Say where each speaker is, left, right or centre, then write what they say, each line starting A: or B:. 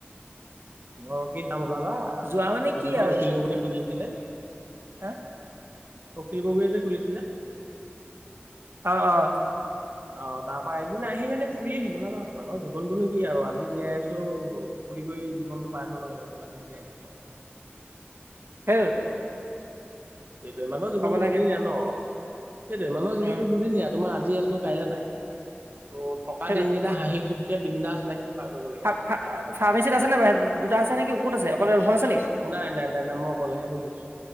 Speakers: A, on the right (about 50°); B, on the right (about 75°).
A: অকিড যাম ওলাবা।
B: যোৱা মানে কি
A: যিখন
B: আৰু
A: অখিল গগৈয়ে খোলিছিলে।
B: হা'?
A: অখিল গগৈয়ে যে খুলিছিলে!
B: অ', অ'।
A: অ', তাৰপা এদিন আহিম এনে ফুৰি আহিম ওলাবা, মানুহ জীৱনটোনো কি আৰু আজি জীয়াই আছোঁ ফুৰি কৰি জীৱনটো পাৰ কৰিব লাগে, যিমান দিন জীয়াই থাকিম আৰু।
B: সেইটোৱেটো।
A: সেইটোৱে, মানুহৰ জীৱনতো
B: লাগে
A: দুদিনীয়া ন'। সেইটোৱে, মানুহৰ জীৱনতো
B: উম
A: দুদিনীয়া। তোমাৰ আজি আছোঁ কাইলে নাই ত' থকা
B: সেইটোতো
A: দিনকেইটা হাঁহি ফুৰ্তিৰে বিন্দাছ লাইফটো পাৰ কৰিব লাগে।
B: ফা-ফাৰ্মেচিত আছে নে বাৰু, দুটা আছে নেকি ক'ত আছে অকলে <unintelligible> আছে নেকি?
A: নাই, নাই, নাই, নাই মই অকলেহে বহি আছোঁ।